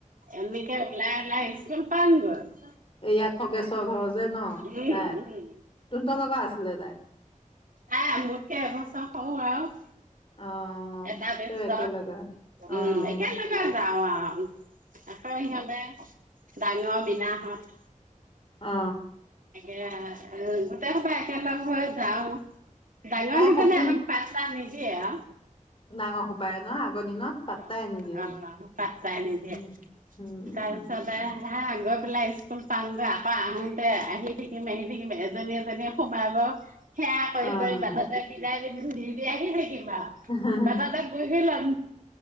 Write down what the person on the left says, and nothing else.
এয়া খগেশৰ ঘৰ যে ন
তাই
তো হঁতৰ লগৰ আছিলে তাই
অ',
তেও একেলগৰ অ',
অ
তাই
সখী
ডাঙৰ সোপায় ন আগৰ দিনত
পাত্তাই আনি নিদিয়ে
উম হম
অ'।
হয়,